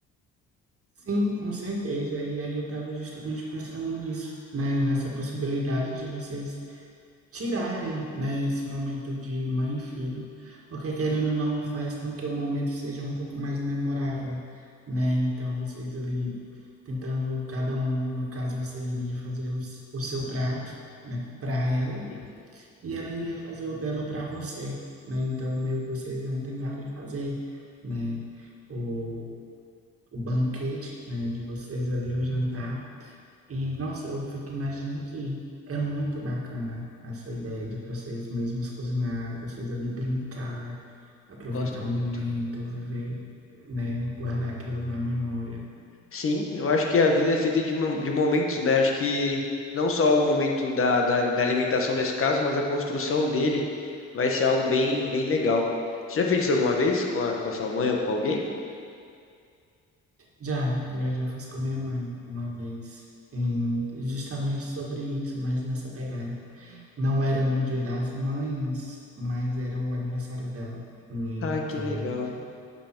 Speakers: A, on the right (about 50°); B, on the left (about 45°).
A: Sim, com certeza. E aí eu estava justamente pensando nisso, né, nessa possibilidade de vocês tirarem, né, esse momento de mãe e filho, porque querendo ou não faz com que o momento seja um pouco mais memorável, né? Então vocês ali tentando cada um, no caso você iria fazer os, o seu prato, né, para ela
B: Sim,
A: e ela iria fazer o dela para você, né? Então meio que vocês iam tentar ali fazer, né, o o banquete, né, de vocês ali, o jantar e, nossa, eu fico imaginando que é muito bacana essa ideia de vocês mesmos cozinharem, vocês ali brincar, aproveitar
B: gosto
A: o
B: muito.
A: momento, viver, né, guardar aquilo na memória.
B: Sim, eu acho que a vida é feita de, mo- de momentos, né? Acho que não só o momento da, da, da alimentação nesse caso, mas a construção dele vai ser algo bem, bem legal. Você já fez isso alguma vez com a, com a sua mãe ou com alguém?
A: Já, eu já fiz com minha mãe uma vez, em- justamente sobre isso, mas nessa pegada. Não era no Dia das Mães, mas era o aniversário dela, né? Então,
B: Ah, que legal.